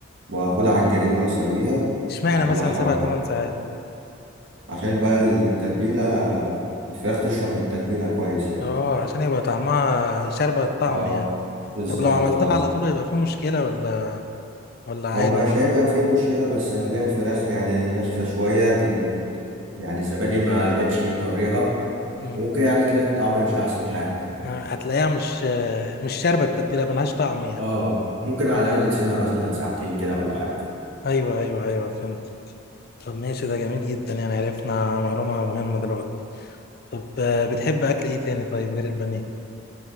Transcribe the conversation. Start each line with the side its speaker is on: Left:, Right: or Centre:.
Right: واخدها على الجريل واسويها
Left: اشمعنى
Right: واطلعها
Left: مثلا سبع
Right: واكل
Left: ثمان ساعات
Right: عشان بقى التتبيله الفراخ تشرب من التتبيله كويس يعني
Left: اه عشان يبقى طعمها شاربة الطعم
Right: اه
Left: يعني
Right: بالظبط
Left: طب لو عملتها
Right: اه
Left: على طول هيبقى في مشكلة ولا ولا عادي
Right: هو مش هيبقى فيه مشكلة بس هتلاقي الفراخ يعني ناشفة شوية تل- يعني الزبادي ما لحقش يطريها
Left: مم.
Right: وممكن يعني تلاقي الطعم مش أحسن حاجة يعني
Left: يعني هتلاقيها مش مش شاربة التتبيلة ملهاش طعم يعني
Right: اه ممكن على الأقل تسيبها مثلا ساعتين كده ولا حاجة
Left: ايوه ايوه ايوه فهمت طب ماشي ده جميل جدا يعني عرفنا معلومة مهمة دلوقتي طب آه، بتحب اكل ايه تاني طيب غير البانيه